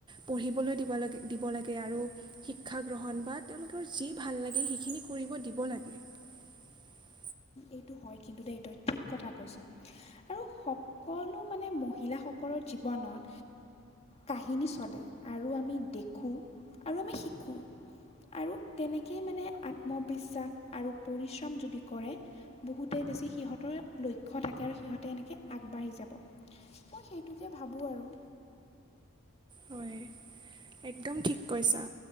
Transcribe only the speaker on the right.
পঢ়িবলৈ দিব লাগে দিব লাগে আৰু শিক্ষা গ্ৰহণ বা তেওঁলোকৰ যি ভাল লাগে সেইখিনি কৰিব দিব লাগে। <unintelligible>
হয় একদম ঠিক কৈছা।